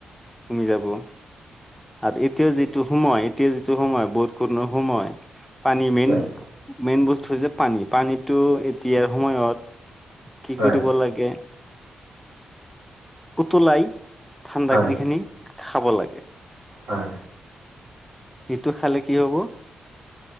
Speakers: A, in the centre; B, on the right.
A: কমি যাব, আৰু এতিয়া যিটো সময় এতিয়া যিটো সময় বহুত- কূৰ্ণ সময়, পানী মেইন-
B: হয় হয়
A: মেইন বস্তু হৈছে পানী, পানীটো এতিয়াৰ সময়ত কি
B: হয়
A: কৰিব লাগে? উতলাই ঠাণ্ডা
B: হয়
A: কিৰি খিনি খাব লাগে।
B: হয়।
A: ইটো খালে কি হ'ব?